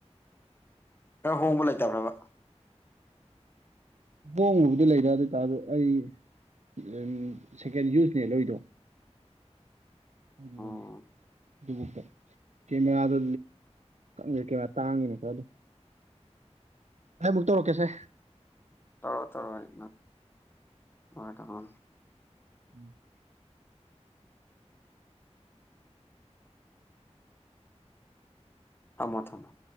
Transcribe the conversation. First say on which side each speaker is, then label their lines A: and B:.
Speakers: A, on the left; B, on the right.
A: ꯈꯔ ꯍꯣꯡꯕ ꯂꯩꯇꯕ꯭ꯔꯕ
B: ꯍꯍꯣꯡꯕꯕꯨꯗꯤ ꯂꯩꯗ ꯑꯗꯨ ꯑꯣꯏꯇꯥꯔ ꯑꯩ ꯎ ꯁꯦꯀꯦꯟ ꯌꯨꯁꯅꯦ ꯂꯣꯏꯗꯣ ꯑꯗꯨ
A: ꯑꯣ
B: ꯑꯗꯨꯦ ꯑꯗꯨꯕꯨꯀ ꯀꯦꯃꯦꯔꯥꯗꯨ ꯀꯦꯃꯦꯔꯥ ꯇꯥꯡꯉꯤꯅꯦꯀꯣ ꯑꯗꯨ ꯑ ꯃꯛꯇꯛꯇꯧꯔꯀꯦꯁꯦ
A: ꯇꯔꯣ ꯇꯔꯣ ꯍꯥꯏ ꯋꯥ
B: ꯎꯝ
A: ꯀꯃ ꯊꯝ